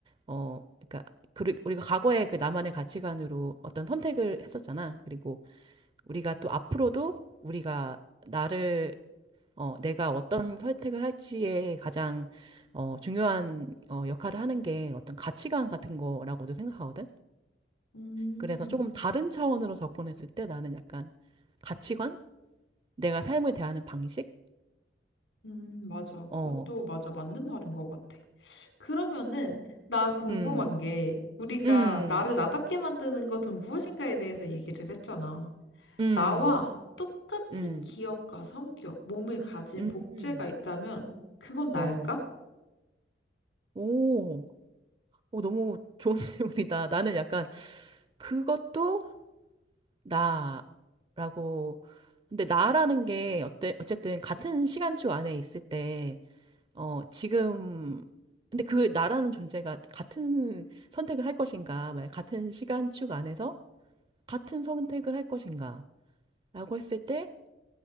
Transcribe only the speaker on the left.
음.
음, 맞아. 그것도
맞아. 맞는 말인 것 같아. 그러면은, 나 궁금한
게, 우리가
나를 나답게 만드는 것은 무엇인가에 대해서 얘기를 했잖아.
나와 똑같은
기억과 성격, 몸을 가진
복제가 있다면, 그건 나일까?